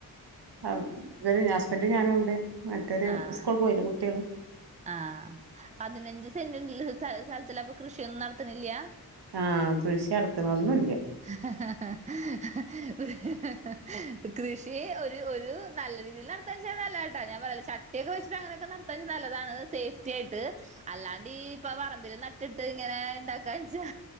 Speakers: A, on the right; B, on the right.
A: ആഹ് ഇവര് ഹസ്ബന്റ് ഞാനും ഉ <inaudible> മറ്റൊരു
B: ആഹ്
A: സ്കൂൾ പോയില്ലേ കുട്ടിയോള്
B: ആഹ്, പതിനഞ്ച് സെൻ്റ് സ സ്ഥലത്തിലപ്പൊ കൃഷിയൊന്നും നടത്ത്ണില്ല
A: ആ കൃഷി നടത്തണൊന്നുംല്ല.
B: ഹ ഹ ഹ കൃഷിഒരു ഒരു നല്ല രീതിയിൽ നട താചാ നല്ലതട്ടാ ഞാൻ പറയല് ചട്ടിയൊക്കെ വച്ചിട്ട് അങ്ങനൊക്കെ നടത്താൻ നല്ലതാണ് സേഫ്റ്റി ആയിട്ട് അല്ലാണ്ട് ഈ പറമ്പില് നട്ടിട്ട് ഇപ്പ ഇങ്ങനെ ഇണ്ടാക്കാച്ചാ